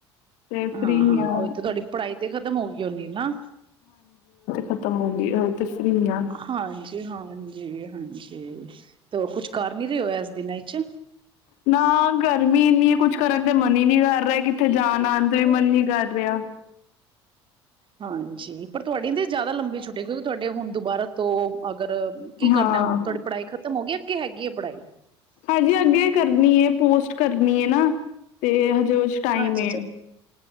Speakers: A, on the left (about 55°); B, on the right (about 35°).
A: ਤੇ ਫ੍ਰਰੀ
B: ਹਾਂ ਹਾਂ
A: ਆ
B: ਓਹੀ ਤਾਂ ਤੁਹਾਡੀ ਪੜ੍ਹਾਈ ਤੇ ਖਤਮ ਹੋ ਗਈ ਹੋਣੀ ਨਾ।
A: ਖ਼ਤਮ ਹੋ ਗਈ ਉਹ ਤੇ ਫ੍ਰੀ ਆ
B: ਹਾਂਜੀ ਹਾਂਜ ਜੀ ਹਾਂਜੀ ਤੇ ਕੁਛ ਕਰ ਨੀ ਰਹੇ ਹੋ ਇਸ ਦਿਨਾਂ ਵਿਚ?
A: ਨਾ ਗਰਮੀ ਇੰਨੀ ਹੈ ਕੁਛ ਕਰਨ ਤੇ ਮਨ ਹੀ ਨਹੀਂ ਕਰ ਰਿਹਾ ਕਿੱਥੇ ਜਾਣ ਆਉਣ ਤੇ ਵੀ ਮਨ ਨੀ ਕਰ ਰਿਹਾ।
B: ਹਾਂਜੀ ਪਰ ਤੁਹਾਡੀਆਂ ਤੇ ਜ਼ਿਆਦਾ ਲੰਬੀ ਛੁੱਟੀਆਂ ਕਿਉਂਕਿ ਤੁਹਾਡੇ ਹੁਣ ਦੁਬਾਰਾ ਤੋ ਅ ਅਗਰ ਕੀ ਕਰਨਾ
A: ਹਾਂ
B: ਹੁਣ ਤੁਹਾਡੀ ਪੜ੍ਹਾਈ ਖਤਮ ਹੋ ਗਈ ਅੱਗੇ ਹੈਗੀ ਹੈ ਪੜ੍ਹਾਈ
A: ਹਜੇ ਅੱਗੇ ਕਰਨੀ ਹੈ ਪੋਸਟ ਕਰਨੀ ਹੈ ਨਾ ਤੇ ਹਜੇ ਉਚ ਟਾਈਮ
B: ਅੱਛਾ
A: ਏ,
B: ਅੱਛਾ